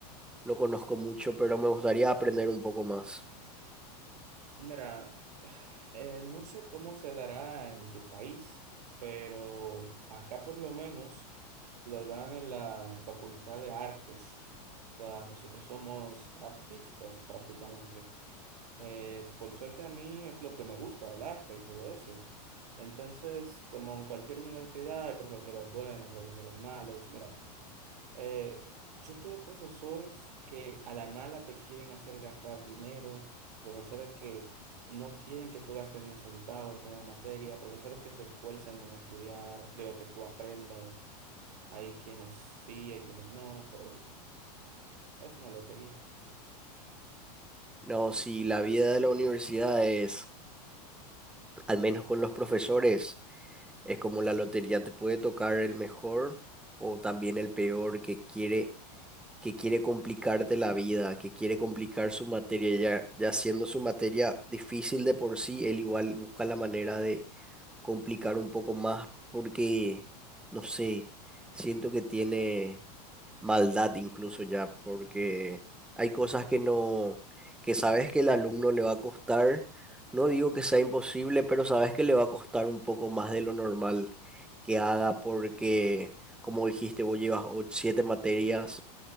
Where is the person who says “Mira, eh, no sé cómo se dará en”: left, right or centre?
Right